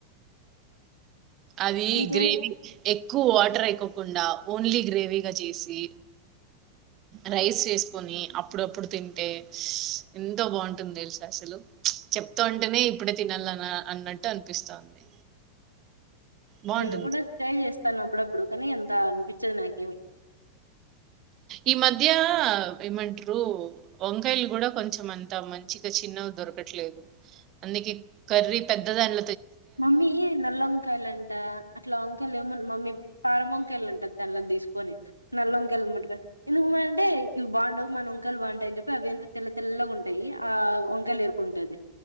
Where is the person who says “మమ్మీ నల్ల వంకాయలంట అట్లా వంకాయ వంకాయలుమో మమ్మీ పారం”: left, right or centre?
Right